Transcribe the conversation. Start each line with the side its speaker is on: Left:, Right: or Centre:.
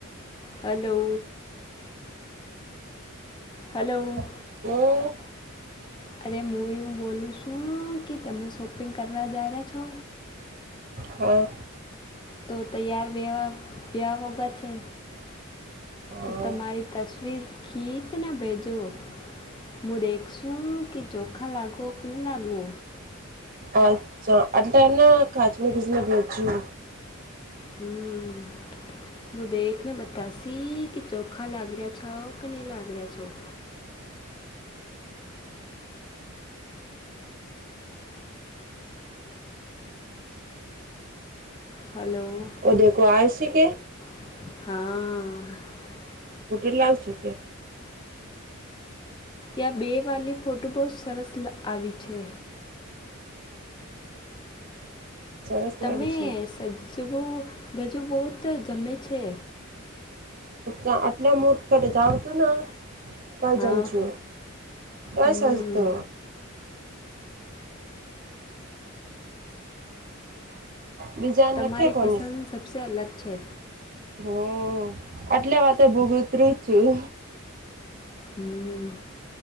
Left: hello. હલો.
Right: હમ.
Left: અરે હું એવું બોલું છું કે તમે શોપિંગ કરવા જઈ રહ્યા છો.
Right: હા.
Left: તો તૈયાર બેવા <unintelligible> છે
Right: હા
Left: તો તમારી તસવીર ખીચને ભેજો. મું દેખસું કે ચોખા લાગો ક લાગો.
Right: અચ્છા અટલા એના <unintelligible> કીચીને બેજું
Left: હમ. મુું દેખને બતાશી કે ચોખા લાગી રહ્યા છો કે નહી લાગી રહ્યા છો. <inaudible> હલો
Right: ઓ દેખો આઈ સી કે
Left: હા
Right: હું <unintelligible> આવ છું કે
Left: યા બે વાલી ફોટો બહુ સરસ આવી છે
Right: સરસ
Left: તમે
Right: લાગે છે
Left: સજવુ ગજુ બહુત જમે છે
Right: અ આટલે મર્ત જાવ તુ ના <unintelligible>
Left: હા હમ
Right: તજ સસ્તો બીજા નખે
Left: તમારી
Right: કોની
Left: પસંદ સબસે અલગ છે
Right: હમ, આટલે વાતે ભૂગુંતરું <unintelligible> છું
Left: હમ